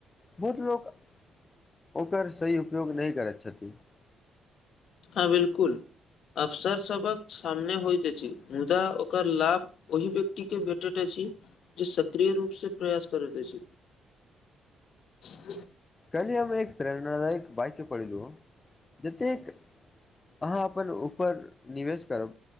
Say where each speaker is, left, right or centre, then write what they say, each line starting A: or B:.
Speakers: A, on the left; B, on the left.
A: बहुत लोक -ओकर सही उपयोग नहि करैत छथिन। <unintelligible>
B: हँ बिलकुल। <unintelligible> अफसर सबक सामने होइत अछि मुदा ओकर लाभ ओहि व्यक्ति के भेटैत अछि जे सक्रिय रूप से प्रयास करैत अछि। <unintelligible>
A: कली हममे एक प्र। <unintelligible> हमरा राएत पाइ के पढ़ै रीहो जतैक अहां अपन ऊपर निवेश करब